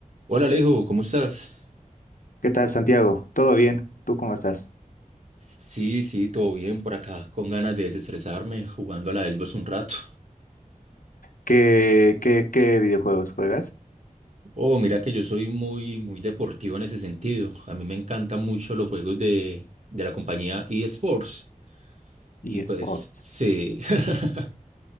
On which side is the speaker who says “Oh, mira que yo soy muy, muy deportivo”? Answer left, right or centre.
Right